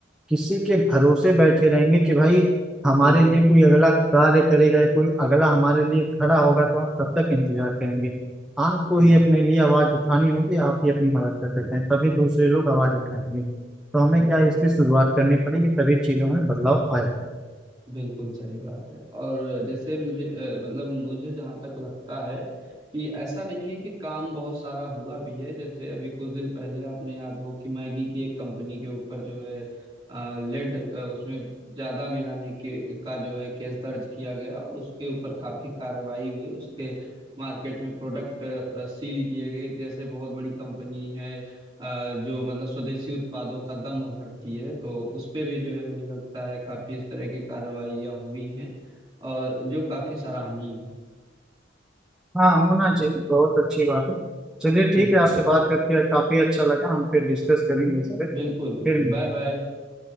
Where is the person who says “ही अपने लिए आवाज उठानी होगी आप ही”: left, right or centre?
Centre